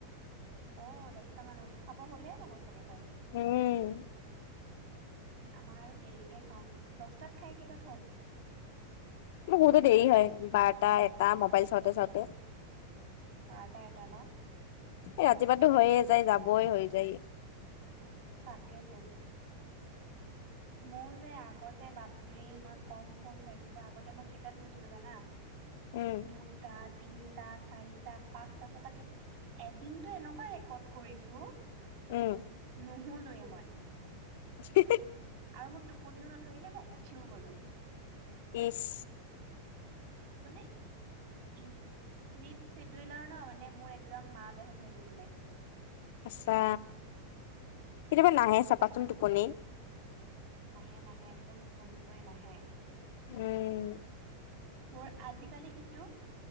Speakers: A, on the right; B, on the left.
A: অ দহটা মানত খাব হ'লেই মানে চাগে টাইম
B: উম
A: আমাৰ আৰু দেৰিকে খাওঁ দহটাত খাই কেইটাত শুৱা
B: মোৰ শুওতে দেৰি হয় বাৰটা এটা মোবাইল চাওঁতে চাওঁতে
A: বাৰটা এটা ন
B: এই ৰাতিপুৱা টো হৈয়ে যায় যাবই হৈ যায়
A: তাকেইতো মোৰ যে আগতে বাপৰে মই কম ফোন চাইছিলো আগতে মই কেইটাত শুইছিলো জানা
B: উম
A: দুটা তিনিটা চাৰিটা পাঁচটা ছটা এদিনটো এনেকুৱা ৰেকৰ্ড কৰিছো
B: উম
A: নোশুলোয়ে মই
B: <unintelligible>
A: আৰু মোৰ টোপনিও নধৰিলে মই উঠিও গলো
B: ইছ্
A: মানে ইম চ্লিপ চিবিল ন মানে মোৰ একদম মা বেহেন হৈ গৈছিলে
B: আচ্ছা কেতিয়াবা নাহে চাবাচোন টোপনি
A: নাহে নাহে একদম টোপনি চোপনি নাহে
B: উম
A: মই আজিকালি কিন্তু